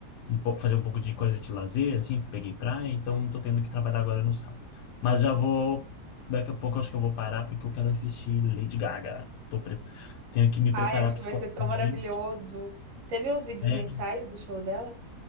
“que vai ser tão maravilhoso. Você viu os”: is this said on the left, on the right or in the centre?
Right